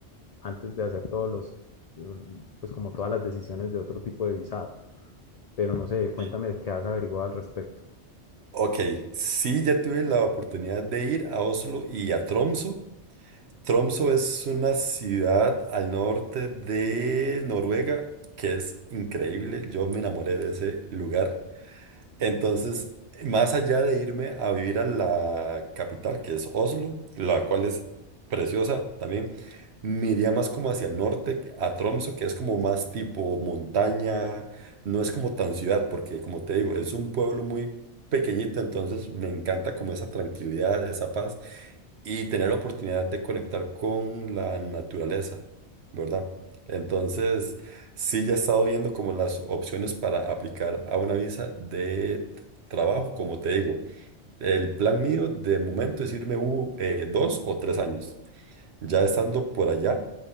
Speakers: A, on the left (about 60°); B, on the right (about 65°).
A: antes de hacer todos los, pues como todas las decisiones de otro tipo de visado.
B: Ujú.
A: Pero no sé, cuéntame
B: Sí.
A: qué has averiguado al respecto.
B: Ok, sí, ya tuve la oportunidad de ir a Oslo y a Tromso. Tromso es una ciudad al norte de Noruega que es increíble. Yo me enamoré de ese lugar. Entonces, más allá de irme a vivir a la capital, que es Oslo, la cual es preciosa también, me iría más como hacia el norte, a Tromso, que es como más tipo montaña. No es como tan ciudad, porque como te digo, es un pueblo muy pequeñito. Entonces, me encanta como esa tranquilidad, esa paz y tener la oportunidad de conectar con la naturaleza, ¿verdad? Entonces, sí, ya he estado viendo como las opciones para aplicar a una visa de t- trabajo, como te digo. El plan mío de momento es irme u- eh, dos o tres años. Ya estando por allá,